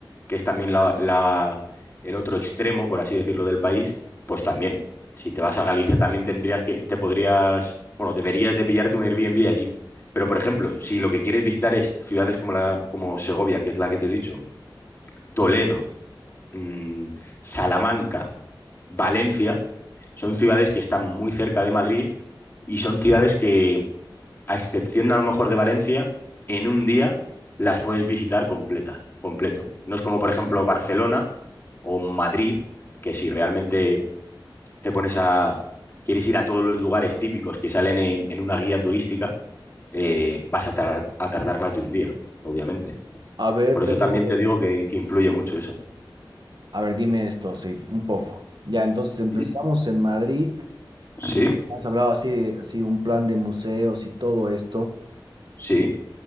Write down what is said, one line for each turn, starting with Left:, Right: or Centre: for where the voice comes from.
Left: que es también la, la, el otro extremo, por así decirlo, del país, pues también. Si te vas a Galicia también tendrías que, te podrías, bueno, deberías de pillarte un Airbnb allí. Pero, por ejemplo, si lo que quieres visitar es ciudades como, la, como Segovia, que es la que te he dicho, Toledo, mmm, Salamanca, Valencia, son ciudades que están muy cerca de Madrid y son ciudades que a excepción a lo mejor de Valencia, en un día las puedes visitar completa, completo. No es como, por ejemplo, Barcelona o Madrid, que si realmente te pones a, quieres ir a todos los lugares típicos que salen en, en una guía turística, eh, vas a, tar- a tardar más de un día, obviamente.
Right: A ver,
Left: Por eso
Right: pero,
Left: también te digo que, que influye mucho eso.
Right: a ver, dime esto, sí, un poco. Ya, entonces empezamos
Left: ¿Mm?
Right: en Madrid y
Left: Sí,
Right: has hablado así de así un plan de museos y todo esto.
Left: sí.